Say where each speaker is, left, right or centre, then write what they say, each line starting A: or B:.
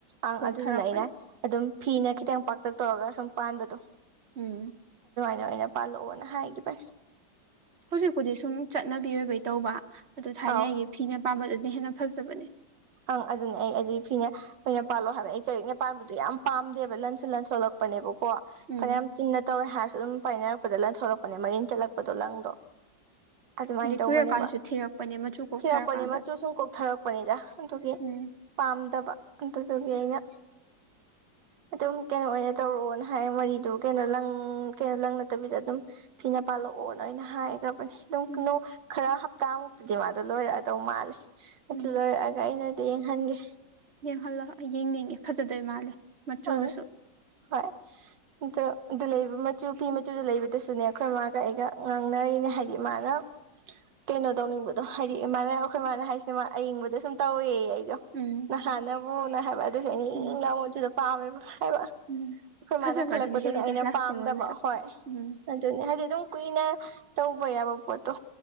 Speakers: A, on the right; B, on the right.
A: ꯑꯪ
B: ꯀꯣꯛꯊꯔꯛꯄꯅꯦ
A: ꯑꯗꯨꯗꯨꯅ ꯑꯩꯅ ꯑꯗꯨꯝ ꯐꯤꯅ ꯈꯤꯇꯪ ꯄꯥꯛ ꯇꯣꯔꯒ ꯁꯨꯝ ꯄꯥꯟꯕꯗꯣ
B: ꯎꯝ
A: <unintelligible> ꯄꯥꯜꯂꯛꯑꯣꯅ ꯍꯥꯏꯈꯤꯕ
B: ꯍꯧꯖꯤꯛꯄꯨꯗꯤ ꯁꯨꯝ ꯆꯠꯅꯕꯤ ꯑꯣꯏꯕꯩ ꯇꯧꯕ ꯑꯗꯨ ꯊꯥꯏꯅꯉꯩꯒꯤ
A: ꯑꯥꯎ
B: ꯐꯤꯅ ꯑꯄꯥꯕꯗꯨꯅ ꯍꯦꯟꯅ ꯐꯖꯕꯅꯦ
A: ꯑꯪ ꯑꯗꯨꯅꯦ ꯑꯩ ꯑꯗꯨ ꯐꯤꯅ ꯑꯣꯏꯅ ꯄꯥꯜꯂꯣ ꯍꯥꯏꯕ ꯑꯩ ꯆꯔꯤꯛꯅ ꯄꯥꯟꯕꯗꯨ ꯌꯥꯝ ꯄꯥꯝꯗꯦꯕ ꯂꯟꯁꯨꯟ ꯂꯟ ꯊꯣꯛꯂꯛꯄꯅꯦꯕꯀꯣ ꯀꯣ
B: ꯎꯝ
A: ꯐꯅꯌꯥꯝ ꯆꯤꯟꯅ ꯇꯧꯋꯦ ꯍꯥꯏꯔꯁꯨ ꯑꯗꯨꯝ ꯄꯥꯏꯅꯔꯛꯄꯗ ꯂꯪꯟꯊꯣꯛꯂꯛꯄꯅꯦ ꯃꯔꯤꯟ ꯆꯠꯂꯛꯄꯗꯣ ꯂꯪꯗꯣ ꯑꯗꯨꯃꯥꯏꯅ
B: ꯑꯗꯩ
A: ꯇꯧꯕꯅꯦꯕ
B: ꯀꯨꯏꯔꯀꯥꯟꯗꯁꯨ ꯊꯤꯔꯛꯄꯅꯦ ꯃꯆꯨ ꯀꯣꯛꯊꯔꯀꯥꯟꯗ
A: ꯊꯤꯔꯛꯄꯅꯦ ꯃꯆꯨ ꯁꯨꯝ ꯀꯣꯛꯊꯔꯛꯄꯅꯤꯗ ꯑꯗꯨꯒꯤ
B: ꯎꯝ
A: ꯄꯥꯝꯗꯕ ꯑꯗꯨꯗꯨꯒꯤ ꯑꯩꯅ ꯑꯗꯨꯝ ꯀꯩꯅꯣ ꯑꯣꯏꯅ ꯇꯧꯔꯛꯑꯣꯅ ꯍꯥꯏ ꯃꯔꯤꯗꯣ ꯀꯩꯅꯣ ꯂꯪ ꯀꯩꯅꯣ ꯂꯪ ꯅꯠꯇꯕꯤꯗ ꯑꯗꯨꯝ ꯐꯤꯅ ꯄꯥꯜꯂ <unintelligible> ꯑꯣꯅ ꯑꯩꯅ ꯍꯥꯏꯒꯞ ꯑꯗꯨꯝ
B: ꯎꯝ
A: ꯀꯩꯅꯣ ꯈꯥꯔ ꯍꯞꯇꯥꯃꯨꯛꯇꯗꯤ ꯃꯥꯗꯣ ꯂꯣꯏꯔꯛꯑꯗꯧ ꯃꯥꯜꯂꯦ ꯑꯗꯨ
B: ꯎꯝ
A: ꯂꯣꯏꯔ ꯑꯩ ꯅꯣꯏꯗ ꯌꯦꯡꯍꯟꯒꯦ
B: ꯌꯦꯡꯍꯜꯂꯣ ꯑꯩ ꯌꯦꯡꯅꯤꯡꯉꯦ ꯐꯖꯗꯣꯏ ꯃꯥꯜꯂꯦ ꯃꯆꯨꯗꯨꯁꯨ
A: ꯑꯪ ꯍꯣꯏ ꯑꯗꯣ ꯑꯗꯨ ꯂꯩꯕ ꯃꯆꯨ ꯐꯤ ꯃꯆꯨꯗ ꯂꯩꯕꯗꯨꯁꯨꯅꯦ ꯑꯈꯣꯏ ꯃꯥꯒ ꯑꯩꯒ ꯉꯥꯡꯅꯔꯤꯅꯦ ꯍꯥꯏꯗꯤ ꯃꯥꯅ ꯀꯩꯅꯣ ꯇꯧꯅꯤꯡꯕꯗꯣ ꯍꯥꯏꯗꯤ ꯏꯃꯥꯅ ꯑꯩꯈꯣꯏ ꯃꯥꯥꯅ ꯍꯥꯏꯁꯤꯅ ꯃꯥ ꯑꯏꯪꯕꯗꯣ ꯁꯨꯝ ꯇꯧꯋꯦꯌꯦ ꯑꯩ
B: ꯎꯝ
A: ꯅꯍꯥꯟꯅꯅ ꯍꯥꯏꯕ ꯑꯗꯨꯁꯨ ꯑꯩꯅ ꯏꯪ
B: ꯎꯝ
A: ꯏꯪ ꯂꯥꯎꯕ ꯃꯆꯨꯗꯣ ꯄꯥꯝꯃꯦ ꯍꯥꯏꯕ
B: ꯎꯝ
A: ꯑꯈꯣꯏ
B: ꯐꯖꯕ
A: ꯃꯥꯅ ꯈꯜꯂꯛꯄꯗꯨꯅ
B: ꯑꯗꯨꯅ ꯍꯦꯜꯂꯤꯗ
A: ꯑꯩꯅ
B: ꯂꯥꯁꯇꯤꯡ
A: ꯄꯥꯝꯗꯕ
B: ꯑꯣꯏꯕꯁꯨ
A: ꯍꯣꯏ
B: ꯎꯝ
A: ꯑꯗꯨꯅꯤ ꯍꯥꯏꯗꯤ ꯗꯨꯝ ꯀꯨꯏꯅ ꯇꯧꯕ ꯌꯥꯕ ꯄꯣꯠꯇꯣ